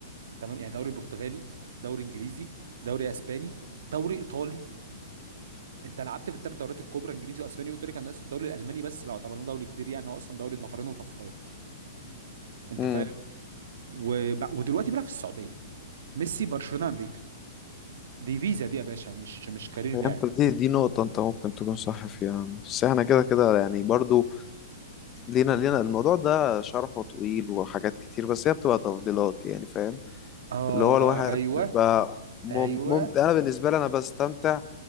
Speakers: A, on the right (about 70°); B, on the left (about 25°).
A: تمام يعني دوري برتغالي دوري انجليزي دوري اسباني دوري ايطالي انت لعبت في الثلاث دوريات الكبرى انجليزي واسباني وايطالي كان ناقصه الدوري الالماني بس لو اعتبرناه دوري كبير يعني هو اصلا دوري نفرين وطفايه انت
B: امم
A: فاهم وب... ودلوقتي بقى في السعوديه ميسي برشلونه امريكا دي فيزا دي يا باشا مش مش كارير
B: انت
A: لاعب
B: دي دي نقطه انت ممكن تكون صح فيها بس احنا كده كده يعني برضو لينا لينا الموضوع ده شرحه طويل وحاجات كتير بس هي بتبقى تفضيلات يعني فاهم
A: اه
B: اللي هو الواحد
A: ايوه
B: بيبقى مم-
A: ايوه
B: ممتع انا بالنسبه لي انا بستمتع